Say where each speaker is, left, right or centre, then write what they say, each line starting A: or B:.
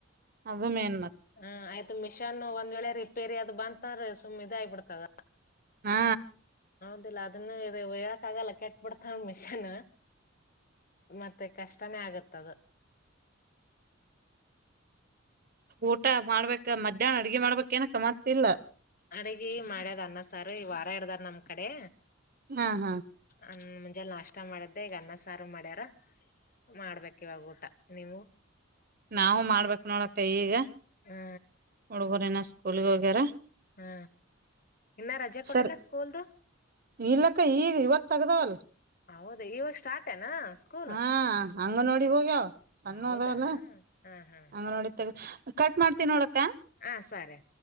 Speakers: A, on the right; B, on the left.
A: ಅದು ಮೇನು
B: ಹ ಆಯ್ತು ಮಿಷನ್ ಒಂದ್ ವೇಳೆ ರಿಪೇರಿ ಅದ್ ಬಂತನ್್ರ ಸುಮ್ ಇದ ಆಗ್ಬಿಡ್ತದ
A: ಹಾ
B: ಹೌದಿಲ್ಲಾ ಅದನ್ನ ಇ ಹೇಳಕ್ ಆಗಲ್ಲ ಕೆಟ್ ಬಿಿಡ್ತವ ಮಿಷನ್ ಮತ್ತೆ ಕಷ್ಟನೇ ಆಗದ
A: ಊಟ ಮಾಡ್ಬೇಕ ಮಧ್ಯಾಹ್ನ ಅಡ್ಗೆ ಮಾಡ್ಬೇಕ ನ ಕಮಾತಿಲ್ಲ
B: ಅಡಗಿ ಮಾಡ್ಯದ್ ಅನ್ನಸಾರ್ ಈ ವಾರ ಇಡ್ದಾರ್ ನಮ್ ಕಡೆ
A: ಹಾ ಹಾ
B: ಅ ಮುಂಜೆ ನಾಷ್ಟ ಮಾಡದ್ದೇ ಈಗ ಅನ್ನ ಸಾರು ಮಾಡ್ಯಾರ ಮಾಡ್ಬೇಕ ಇವಾಗ ಊಟ ನೀವು
A: ನಾವವು ಮಾಡ್ಬೇಕಕ್ ನೋಡಕ್ಕೈ ಈಗ
B: ಹ್ಮ
A: ಹಡುಬರಿನ ಸ್ಕೂಲ್ ವಗೇರಾ
B: ಹ್ಮ ಇನ್ನ ರಜೆ ಕೊಟ್ಟಿಲ್ಲ
A: ಸರಿ
B: ಸ್ಕೂಲ್ದು
A: ಇಲ್ಲಕ್ಕ ಈಗ ಇವತ್ ತಗ್ದವಲ್
B: ಹೌದ ಇವಾಗ ಸ್ಟಾರ್ಟ್ ಏನಾ ಸ್ಕೂಲ್
A: ಹಾ ಹಂಗ ನೋಡಿ ಹೋಗ್ಯಾವ ಸಣ್ಣ
B: ಹೌದಾ
A: ಅದಲ್ಲ
B: ಹಾ ಹಾ
A: ಹಂಗ
B: ಹಾ
A: ನೋಡಿತ್ತ ಕಟ್ ಮಾಡ್ತನಿ ನೋಡಕ್ಕ
B: ಹಾ ಸಾರೆ